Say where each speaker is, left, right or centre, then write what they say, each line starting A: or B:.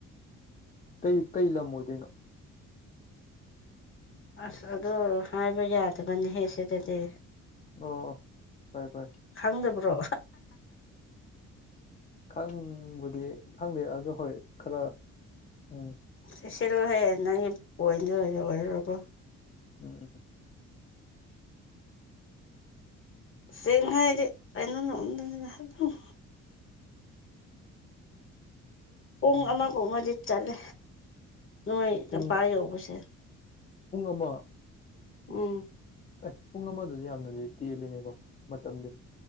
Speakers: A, on the left (about 25°); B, on the left (about 40°).
A: ꯀꯩ ꯀꯩ ꯂꯝ ꯑꯣꯏꯗꯣꯏꯅꯣ
B: ꯑꯁ ꯑꯗꯨ ꯍꯥꯏꯕ ꯌꯥꯗꯕꯅꯤꯍꯦ ꯁꯤꯗꯥꯗꯤ
A: ꯑꯣ ꯑꯣ ꯐꯔꯦ ꯐꯔꯦ
B: ꯈꯪꯗꯕ꯭ꯔꯣ
A: ꯈꯪꯕꯨꯗꯤ ꯈꯪꯗꯦ ꯑꯗꯣ ꯍꯣꯏ ꯈꯔ ꯎꯝ
B: ꯆꯦꯁꯤꯜꯂꯣꯍꯦ ꯅꯪꯒꯤ ꯄꯣꯟꯠꯗꯣ ꯂꯣꯏꯔꯥꯔꯣꯏꯕ
A: ꯎꯝ
B: ꯆꯤꯡ ꯍꯥꯏꯗꯤ ꯑꯩꯅ ꯎꯝꯗꯥꯅꯤꯅ ꯑꯗꯨꯝ ꯄꯨꯡ
A: ꯎꯝ
B: ꯑꯃꯒꯨꯝꯃꯥꯗꯤ ꯆꯂꯦ ꯅꯣꯏ
A: ꯄꯨꯡ
B: ꯂꯝꯄꯥ ꯌꯧꯕꯁꯦ
A: ꯄꯨꯡ ꯑꯃ
B: ꯎꯝ
A: ꯑꯦ ꯄꯨꯡ ꯑꯃꯗꯥꯗꯤ ꯌꯥꯝꯅꯗꯤ ꯇꯦꯜꯂꯤꯅꯤꯀꯣ ꯃꯇꯝꯗꯤ